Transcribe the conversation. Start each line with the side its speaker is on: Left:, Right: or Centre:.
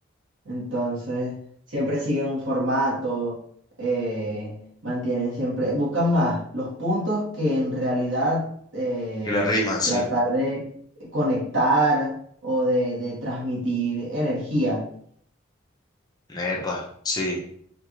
Right: Entonces, siempre siguen un formato, eh, mantienen siempre, buscan más los puntos que en realidad eh,
Left: y la rima, sí.
Right: tratar de conectar o de, de transmitir energía.
Left: Epa, sí.